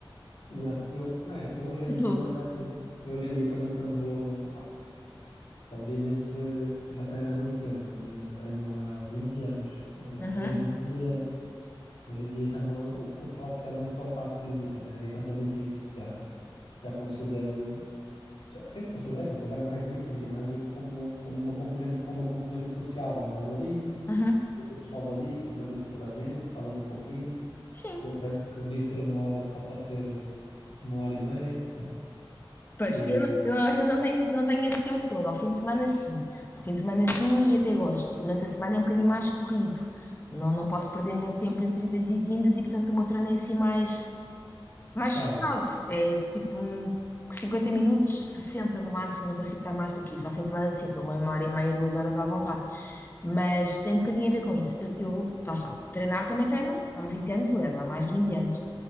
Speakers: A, on the left; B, on the left.
A: Yeah, eu, é, eu hoje em
B: E
A: dia
B: tu?
A: também, eu hoje em dia também quando vou, opá, obviamente já treino há muito tempo, né? Treino há 20 anos. Eh,
B: Uhum,
A: hoje em dia, hoje em dia já não, o, o foco já não é só a parte física, né? É exatamente isso. Já, já considero Já, sempre considerei, mas agora mais ainda, o ginásio como, como uma componente, como uma componente social, né? Vais ali,
B: uhum.
A: vês o pessoal dali, cumprimentas toda a gente, falas um pouquinho.
B: Sim.
A: O treino que deveria ser uma hora passa a ser uma hora e meia.
B: Pois,
A: E,
B: eu, não- eu às vezes não tenho, não tenho esse tempo todo. Ao fim de semana, sim. Ao fim de semana, sim, e até gosto. Durante a semana é um bocadinho mais corrido. Não, não posso perder muito tempo entre idas e vindas e, portanto, o meu treino é assim mais. Mais
A: claro.
B: focado. É tipo um 50 minutos, 60 no máximo, não consigo estar mais do que isso. Ao fim de semana, sim, uma hora e meia, duas horas à vontade. Mas tem um bocadinho a ver com isso. Eu, eu lá está, treinar também treino há 20 anos, aliás, há mais de 20 anos.